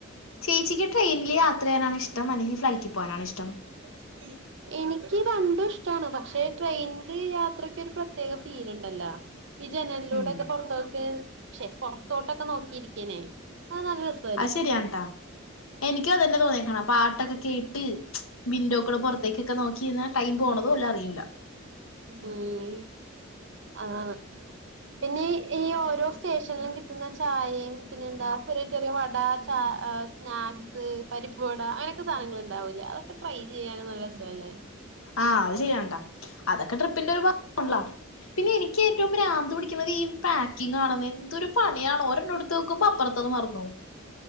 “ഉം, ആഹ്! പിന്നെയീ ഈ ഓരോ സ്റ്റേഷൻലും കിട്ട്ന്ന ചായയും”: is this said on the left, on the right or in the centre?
Right